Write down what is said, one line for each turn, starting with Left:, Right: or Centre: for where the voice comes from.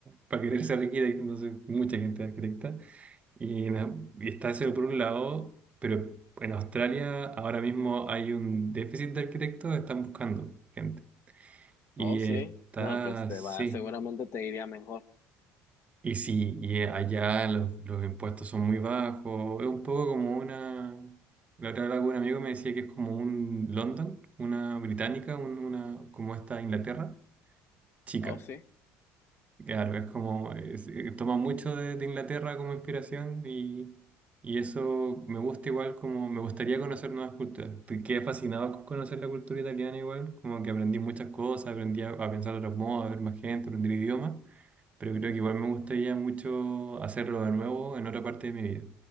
Right: para querer ser arquitecto, entonces mucha gente es arquitecta. Y, na- y está eso por un lado, pero en Australia ahora mismo hay un déficit de arquitectos, están buscando gente. Y
Left: oh, sí,
Right: está,
Left: no, pues te
Right: sí.
Left: va, seguramente te iría mejor.
Right: Y sí, y allá los, los impuestos son muy bajos. Es un poco como una. La otra vez algún amigo me decía que es como un London, una británica, un- una, como esta Inglaterra, chica.
Left: Oh, sí,
Right: Claro, es como. es- eh, toma mucho de, de Inglaterra como inspiración y, y eso me gusta igual como. Me gustaría conocer nuevas culturas. Te- Quedé fascinado con conocer la cultura italiana igual, como que aprendí muchas cosas, aprendí a, a pensar de otros modos, a ver más gente, aprendí idiomas pero creo que igual me gustaría mucho hacerlo de nuevo en otra parte de mi vida.